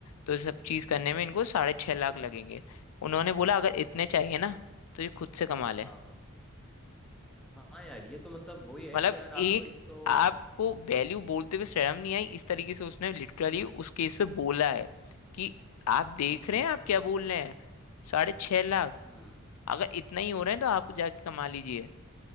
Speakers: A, on the left; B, in the centre.
A: तो सब चीज करने में इनको साढ़े छह लाख लगेंगे उन्होंने बोला अगर इतने चाहिए ना तो ये खुद से कमा ले
B: हाँ हाँ हाँ यार ये तो मतलब वही है
A: मतलब
B: कि यार आप
A: एक
B: तो एक तो
A: आपको वैल्यू बोलते हुए शर्म नहीं आई इस तरीके से उसने लिटरली उस केस पे बोला है कि आप देख
B: हम्म
A: रहे
B: हम्म
A: हैं आप क्या बोल रहे हैं साढ़े छह लाख
B: हम्म हम्म,
A: अगर इतना ही हो रहे हैं तो आप जाके कमा लीजिए